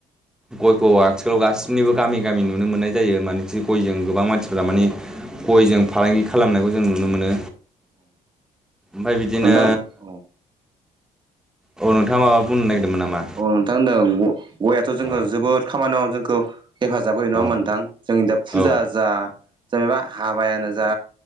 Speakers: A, in the centre; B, on the right.
A: गयखौ आथिखालाव गासैबो निबो गामि गामि नुनो मोननाय जायो मान गयजों गोबां मानसिफ्रा माने गयजों फालांगि खालामनायखौ जों नुनो मोनो ओमफ्राय बिदिनो
B: नोंथां औ
A: औ नोंथाङा माबा बुंनो नागिरदोंमोन नामा?
B: अ नोंथां होनदों गययाथ' जोंङो
A: औ
B: जोबोद खामानियाव जोंखो हेफाजाब होयो नङा
A: औ
B: होनबा नोंथां जोंनि दा फुजा
A: औ
B: जा जेनेबा हाबायानो जा